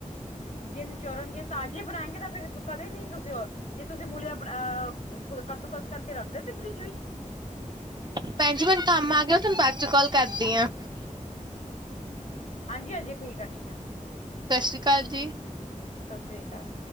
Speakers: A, on the left; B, on the right.
A: ਜੇ ਨਿਚੋੜਨਗੇ, ਤਾਜ਼ੇ ਬਣਾਏਗੇ, ਤਾਂ ਫਿਰ ਕਰਦੇ ਨਹੀਂ ਤੁਸੀਂ ਔ, ਜੇ ਤੁਸੀਂ ਮੂਲਿਆਂ ਬ ਕੱਦੂ ਕਸ ਕਰਕੇ ਰੱਖ ਦੇਦੇ, ਫਰਿੱਜ ਵਿੱਚ।
B: ਭੈਣ ਜੀ ਮੈਨੂੰ ਕੰਮ ਆ ਗਿਆ, ਮੈਂ ਤੁਹਾਨੂੰ ਬਾਅਦ ਚ ਕਾਲ ਕਰਦੀ ਆਂ।
A: ਹਾਂਜੀ ਹਾਂਜੀ, ਠੀਕ ਐ, ਠੀਕ ਐ।
B: ਸਤਿ ਸ੍ਰੀ ਅਕਾਲ ਜੀ।
A: ਸਤਿ ਸ੍ਰੀ ਅਕਾਲ